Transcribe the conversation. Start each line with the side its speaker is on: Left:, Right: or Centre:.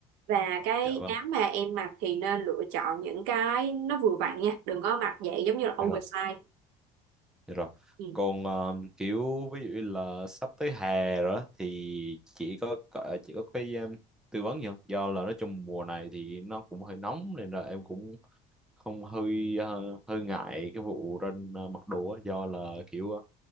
Right: và cái
Centre: Dạ vâng.
Right: áo mà em mặc thì nên lựa chọn những cái nó vừa vặn nha đừng có mặc dạng giống như là oversize
Centre: Dạ rồi. Dạ rồi.
Right: ừ.
Centre: Còn ờ, kiểu ví dụ như là sắp tới hè rồi á, thì chỉ có có- ờ, chỉ có cái em, tư vấn gì không? Do là nói chung mùa này thì nó cũng hơi nóng nên là em cũng không hơi ờ, hơi ngại cái vụ ra ờ, mặc đồ á do là kiểu ờ,